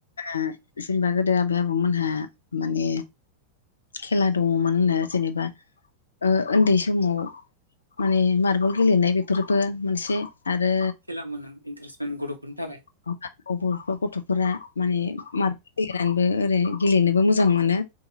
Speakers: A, on the left; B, on the right.
A: ओ जेनेबा गोदो आबै आबौमोनहा माने खेला दङमोन होनो जेनेबा ओ उन्दै समाव माने मार्बल गेलेनाय बेफोरबो मोनसे आरो
B: खेला मोनो इन्टारेस्ट मेन गथ'फोरनि थाखाय
A: <unintelligible> गथ'फोरा माने मार्बल गेलेनानैबो ओरै गेलेनोबो मोजां मोनो